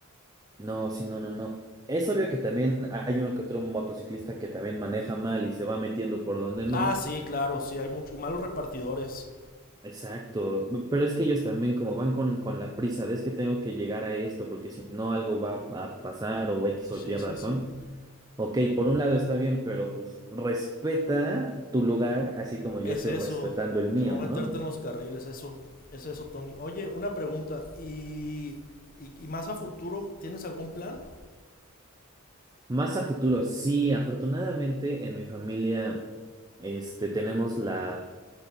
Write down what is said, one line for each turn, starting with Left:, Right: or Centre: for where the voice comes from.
Right: No, sí, no, no, no. Es obvio que también hay uno que otro motociclista que también maneja mal y se va metiendo por donde no.
Left: Ah, sí, claro, sí, hay muchos malos repartidores.
Right: Exacto. p- Pero es que ellos también como van con, con la prisa de es que tengo que llegar a esto porque si no algo va a pasar o X
Left: Sí,
Right: o Y razón.
Left: sí, sí.
Right: Ok, por un lado está bien, pero pues respeta tu lugar así como yo
Left: Es
Right: estoy
Left: eso,
Right: respetando el mío,
Left: que no meterte
Right: ¿no?
Left: en los carriles, eso, es eso, Tony. Oye, una pregunta, ¿y, y, y más a futuro tienes algún plan?
Right: Más a futuro, sí, afortunadamente en mi familia este, tenemos la,